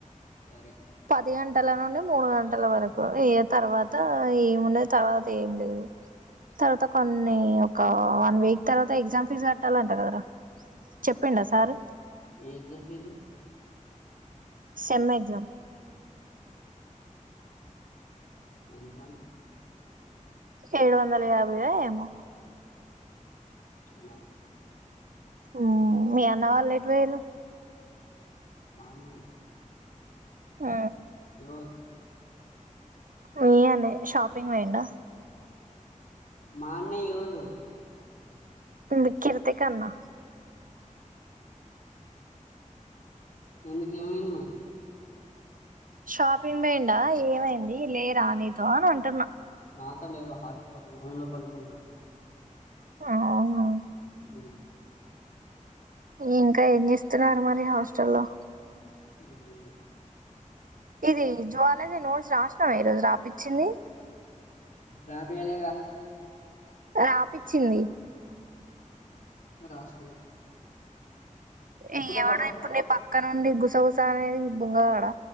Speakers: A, on the left; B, on the right.
A: సరే
B: పది గంటల నుండి మూడు గంటల వరకు ఏ తర్వాత ఏమున్నది తర్వాత ఏమి లేదు తర్వాత కొన్ని ఒక వన్ వీక్ తర్వాత ఎగ్జామ్ ఫీజ్ కట్టాలంట కదరా చెప్పిండ సార్
A: ఏ ఎగ్జామ ఫీజు
B: సెమ్ ఎక్సమ్
A: ఎంతంట
B: ఏడు వందల యాభై ఓ ఏమో
A: అవునా
B: ఉమ్ మీ అన్న వాళ్ళు ఎటు ఒయిరు
A: మ అన్న నా
B: ఆ
A: ఎవరు
B: మీ అన్నయె షాపింగ్ పోయిండ
A: మా అన్నయ ఎవరు
B: నిను కిరితికన్నా
A: టూల్ కు ఏమైంది మరి
B: షాపింగ్ బయిండ ఏమైంది లే రానితో అని అంటున్నా
A: నాతొ లేరు హాస్టల్ రూమ్లో పడుకున్నారు
B: ఆవును
A: ఆ
B: ఇంకా ఏం చేస్తున్నారు మరి హాస్టల్లో
A: ఎం లేదు
B: ఇది జ్వలజీ నోట్స్ రాసినావా ఈరోజు రాపిచ్చింది
A: రాపియలేగా
B: రాపిచ్చింది
A: రాసుకోలే
B: ఈ
A: ఫోటో
B: ఎవరె ఇప్పుడు నీ పక్ అక్క నుండి గుసగుస అనేది బుంగా గాడ